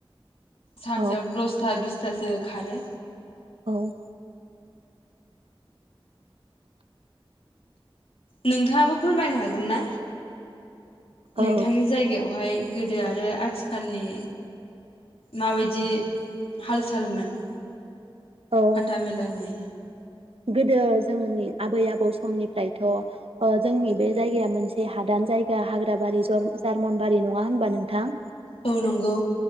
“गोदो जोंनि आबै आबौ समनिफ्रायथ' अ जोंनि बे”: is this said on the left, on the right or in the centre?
Right